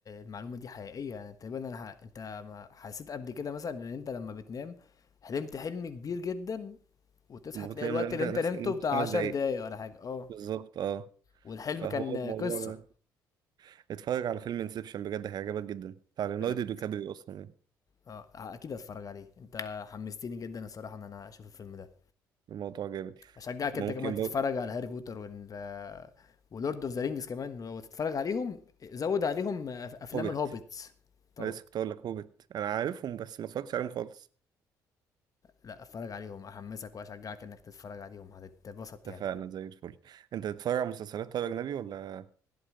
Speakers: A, on the left; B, on the right.
A: المعلومه دي حقيقيه يعني تقريبا انا ح... انت ما حسيت قبل كده مثلا ان انت لما بتنام حلمت حلم كبير جدا وتصحى
B: بتلاقي
A: تلاقي الوقت
B: من انت
A: اللي
B: نفسك
A: انت نمته
B: ان انت
A: بتاع
B: خمس
A: عشر
B: دقايق
A: دقايق ولا حاجه اه
B: بالظبط اه
A: والحلم
B: فهو
A: كان
B: الموضوع
A: قصه
B: ده اتفرج على فيلم انسبشن بجد هيعجبك جدا بتاع ليوناردو
A: بجد
B: دي كابريو اصلا يعني
A: اه اكيد هتفرج عليه انت حمستني جدا الصراحه ان انا اشوف الفيلم ده
B: الموضوع جامد
A: اشجعك
B: ممكن
A: انت كمان تتفرج
B: برضه
A: على هاري بوتر وال ولورد اوف ذا رينجز كمان وتتفرج عليهم زود عليهم أف- افلام
B: هوبيت
A: الهوبيتس طبعا
B: انا لسه كنت اقول لك هوبت انا عارفهم بس ما اتفرجتش عليهم خالص
A: لا اتفرج عليهم احمسك واشجعك انك تتفرج عليهم هتتبسط
B: اتفقنا
A: يعني
B: زي الفل انت بتتفرج على مسلسلات طيب اجنبي ولا